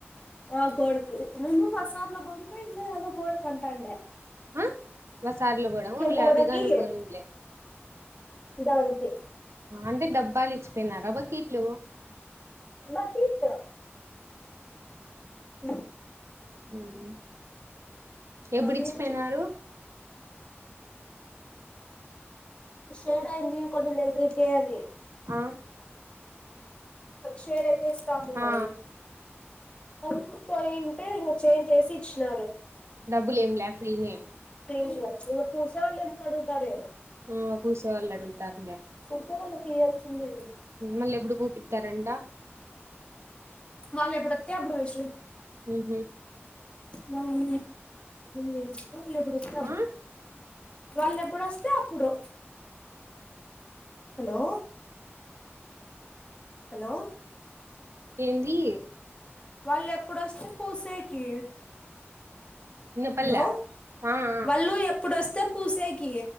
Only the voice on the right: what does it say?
ఆ ప్రసాద్ కూడా వున్లే
అభిగాని పోయిన్లే
అంటే డబ్బాలు ఇచ్చిపోయినారా బాకీట్లు
మ్ ఎప్పుడు
ఇచ్చి పోయినారు
ఆ
ఆ
డబ్బులు ఏమి లేపొయిని
ఆ కూసే వాళ్ళు అడుగుతారులే
మళ్ళీ ఎప్పుడు గుపితారంట
ఉహు
ఆ
ఏంది
వినపల్లె
ఆ ఆ